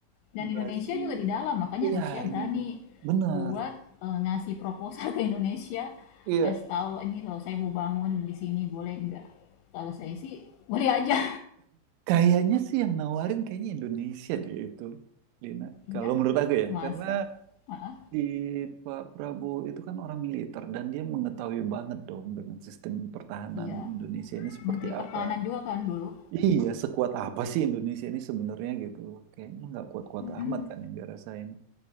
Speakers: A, on the left (about 80°); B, on the right (about 85°).
A: Dan
B: Brazil.
A: Indonesia juga di dalam, makanya
B: Iya,
A: Rusia berani
B: ini bener.
A: buat eh, ngasih proposal <laughs> ke Indonesia,
B: Iya,
A: ngasih tahu "Loh, ini kalau saya mau bangun di sini boleh nggak? Kalau saya sih boleh aja.
B: Kayaknya sih yang nawarin kayaknya Indonesia deh itu, Lina.
A: Iya,
B: Kalau menurut
A: <laughs>
B: aku ya,
A: masa?
B: karena
A: Ah, ah,
B: di Pak Prabowo itu kan orang militer dan dia mengetahui banget dong dengan sistem pertahanan
A: iya.
B: Indonesia ini seperti
A: Menteri Pertahanan
B: apa.
A: juga kan dulu.
B: Iya, sekuat apa sih Indonesia ini sebenarnya gitu loh. Kayaknya nggak kuat-kuat
A: Mm-mm.
B: amat kan yang dirasain.